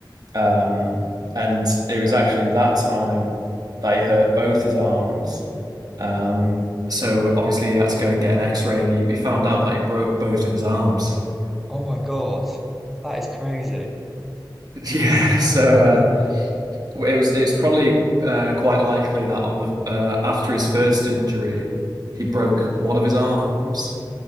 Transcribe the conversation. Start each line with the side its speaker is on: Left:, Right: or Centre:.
Right: Um, and it was actually that time that he hurt both his arms um, so obviously he had to go and get an X-ray, and he, he found out that he broke both of his arms. <laughs>
Centre: oh my God, that is crazy.
Right: Yeah, so uh, it was it's probably uh, quite likely that on the uh, after his first injury, he broke one of his arms.